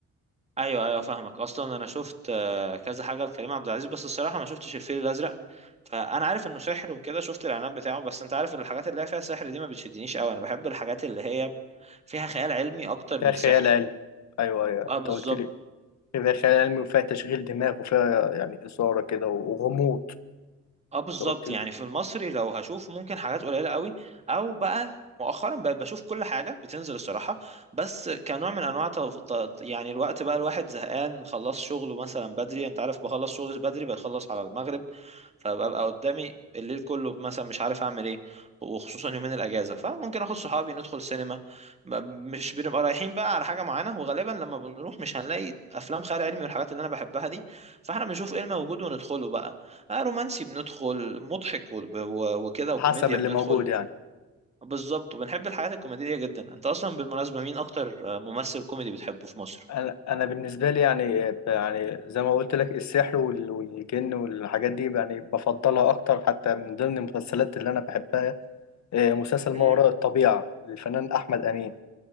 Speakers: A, on the right (about 20°); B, on the left (about 65°).
A: ايوه ايوه فاهمك اصلا انا شفت آه، كذا حاجه لكريم عبد العزيز بس الصراحه ما شفتش الفيل الازرق فانا عارف انه سحر وكده شفت الاعلانات بتاعه بس انت عارف الحاجات اللي هي فيها سحر دي ما بتشدنيش قوي انا بحب الحاجات اللي هي فيها خيال علمي اكتر
B: فيها
A: من
B: خيال
A: سحر
B: علمي أيوه أيوه
A: اه
B: أنت
A: بالظبط
B: قلت لي فيها خيال علمي وفيها تشغيل دماغ وفيها يعني إثارة كده وغموض
A: اه بالظبط
B: أنت قلت لي
A: يعني في المصري لو هشوف ممكن حاجات قليله قوي او بقى مؤخرا بقيت بشوف كل حاجه بتنزل الصراحه بس كنوع من انواع تف- ت- يعني الوقت بقى الواحد زهقان خلص شغله مثلا بدري انت عارف بخلص شغل بدري بخلص على المغرب فببقى قدامي الليل كله مثلا مش عارف اعمل ايه وخصوصا يومين الاجازه فممكن اخد صحابي ندخل سينما ب- مش بنبقى رايحين بقى على حاجه معينه وغالبا لما بنروح مش هنلاقي افلام خيال علمي والحاجات اللي انا بحبها دي فاحنا بنشوف ايه الموجود وندخله بقى آه رومانسي بندخل مضحك وب- و- وكده وكوميديا
B: حسب اللي
A: بندخل
B: موجود يعني
A: بالظبط وبنحب الحاجات الكوميدية جدا انت اصلا بالمناسبة مين اكتر آه، ممثل كوميدي بتحبه في مصر
B: أنا أنا بالنسبة لي يعني يعني زي ما قلت لك السحر وال- والجن والحاجات دي يعني بفضلها أكتر حتى من ضمن المسلسلات اللي أنا بحبها آه، مسلسل
A: مم.
B: ما وراء الطبيعة للفنان أحمد أمين